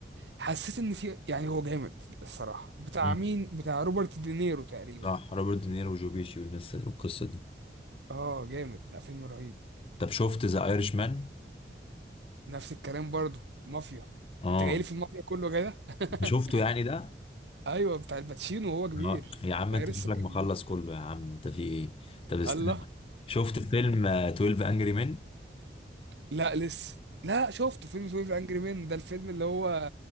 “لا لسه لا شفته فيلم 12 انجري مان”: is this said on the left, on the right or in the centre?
Right